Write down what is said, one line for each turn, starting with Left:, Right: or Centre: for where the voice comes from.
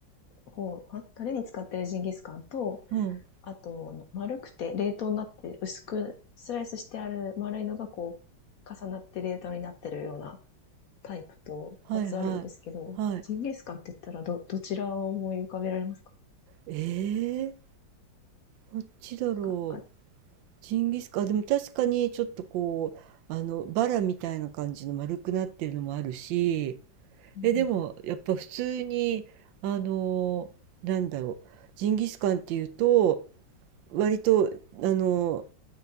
Left: 方、タレに使ってるジンギスカンと、
Right: うん、
Left: あと、あの丸くて冷凍になって薄くスライスしてある丸いのがこう、重なって冷凍になってるようなタイプと2つあるんですけど、
Right: はいはい。はい。
Left: ジンギスカンって言ったらど、どちらを思い浮かべられますか
Right: ええこっちだろう。
Left: なんか、あれ、
Right: ジンギスカン、あでも確かにちょっとこう、あの、バラみたいな感じの丸くなってるのもあるし、
Left: うん、
Right: え、でもやっぱ普通に、あの、なんだろう、ジンギスカンっていうと、割と、あの、